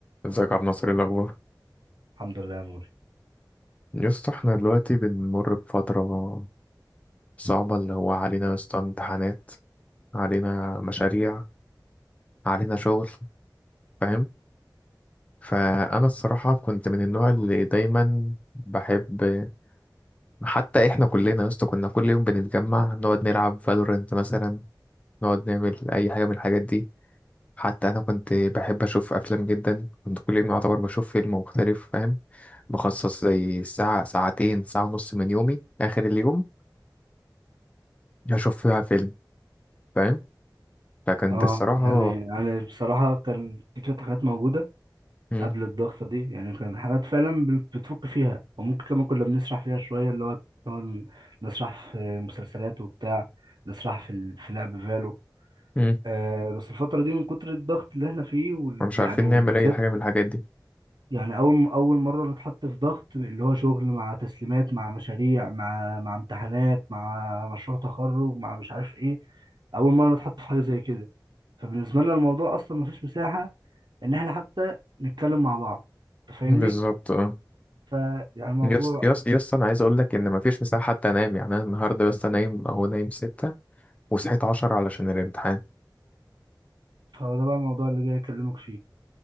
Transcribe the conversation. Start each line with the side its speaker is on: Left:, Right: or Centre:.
Left: ازيك يا عبد الناصر ايه الاخبار
Right: الحمد لله يا موري
Left: يا اسطى احنا دلوقتي بنمر بفتره صعبه اللي هو علينا يا اسطى امتحانات علينا مشاريع علينا شغل فاهم فانا الصراحه كنت من النوع اللي دايما بحب حتى احنا كلنا يا اسطى كنا كل يوم بنتجمع نقعد نلعب فالورنت مثلا نقعد نعمل اي حاجه من الحاجات دي حتى انا كنت بحب اشوف افلام جدا كنت كل يوم يعتبر بشوف فيلم مختلف فاهم بخصص زي ساعه ساعتين ساعه ونص من يومي اخر اليوم اشوف فيها فيلم فاهم لكن
Right: اه
Left: دي الصراحة
Right: يعني يعني بصراحة كان في شوية حاجات موجودة
Left: مم.
Right: قبل الضغطة دي يعني كان حاجات فعلا بن- بتفك فيها وممكن كمان كنا بنسرح فيها شوية اللي هو كنا نسرح في مسلسلات وبتاع نسرح في ال... في لعب فالو
Left: مم.
Right: آه بس الفترة دي من كتر الضغط اللي احنا فيه ويعني
Left: مش عارفين
Right: وبالذات
Left: نعمل اي حاجة من الحاجات دي
Right: يعني اول اول مره نتحط في ضغط اللي هو شغل مع تسليمات مع مشاريع مع مع امتحانات مع مشروع تخرج مع مش عارف ايه اول مره نتحط في حاجه زي كده فبالنسبه لنا الموضوع اصلا مفيش مساحه ان احنا حتى نتكلم مع بعض انت فاهمني
Left: بالظبط اه
Right: فيعني الموضوع
Left: يس يس يس انا عايز اقول لك ان مفيش مساحة حتى انام يعني انا النهارده بس نايم اهو نايم ستة وصحيت عشرة علشان الامتحان
Right: هو ده بقى الموضوع اللي جاي اكلمك فيه